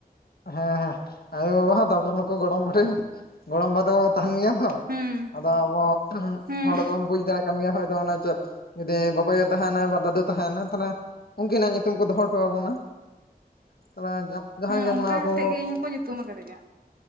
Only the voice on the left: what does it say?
ᱦᱮᱸ ᱦᱮᱸ ᱟᱭᱳ ᱵᱟᱵᱟ ᱦᱚᱸ ᱛᱟᱯᱚᱨᱮ ᱱᱩᱠᱩ ᱜᱚᱲᱚᱢ ᱯᱩᱴᱷᱤ ᱜᱚᱲᱚᱢ ᱵᱟ ᱛᱟᱠᱚ ᱠᱚ ᱛᱟᱦᱮᱱ ᱜᱮᱭᱟ ᱛᱚ᱾
ᱟᱫᱚ ᱟᱵᱚ
ᱦᱚᱲ ᱫᱚᱢ ᱵᱩᱡ ᱫᱟᱲᱮᱭᱟᱜ ᱠᱟᱱ ᱜᱮᱭᱟ ᱦᱚᱭᱛᱚ ᱚᱱᱮ ᱪᱮᱫ ᱡᱩᱫᱤ ᱵᱟᱵᱟᱭᱳ ᱛᱟᱦᱮᱱᱟᱭ ᱵᱟ ᱫᱟᱫᱩ ᱛᱟᱦᱮᱱᱟᱭ ᱛᱟᱦᱚᱞᱮ ᱩᱱᱠᱤᱱᱟᱜ ᱧᱩᱛᱩᱢ ᱠᱚ ᱫᱚᱦᱚ ᱦᱚᱴᱚ ᱟᱵᱚᱱᱟ᱾ <unintelligible> ᱡᱟᱦᱟᱸᱭ
ᱜᱮ
ᱢᱟᱱᱮ
ᱠᱚ